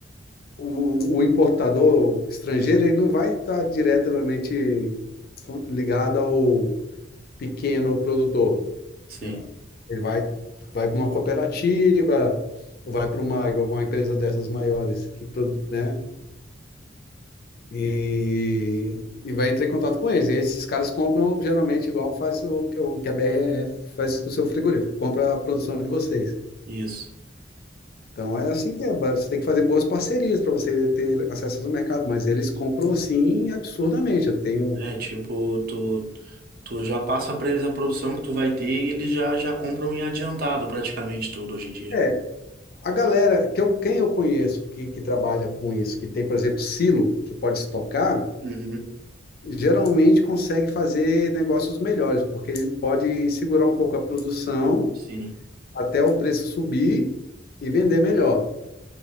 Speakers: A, on the left; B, on the right.
A: o, o importador estrangeiro, ele não vai estar diretamente con- ligado ao, pequeno produtor,
B: sim,
A: sei lá. Ele vai vai para uma cooperativa, ou vai para uma, uma empresa dessas maiores que produ- né? E, e vai entrar em contato com eles. E esses caras compram geralmente igual faz o, que- o que a BRF faz com o seu frigorífico, compra a produção de vocês.
B: isso.
A: Então é assim que é, ba- você tem que fazer boas parcerias para você ter acesso ao mercado, mas eles compram assim absurdamente. Eu tenho
B: É, tipo, tu, tu já passa para eles a produção que tu vai ter e eles já já compram em adiantado praticamente tudo hoje em dia.
A: é, A galera, que eu, quem eu conheço que, que trabalha com isso, que tem, por exemplo, silo, que pode estocar,
B: Uhum,
A: geralmente consegue fazer negócios melhores, porque ele pode segurar um pouco a produção
B: sim.
A: até o preço subir e vender melhor.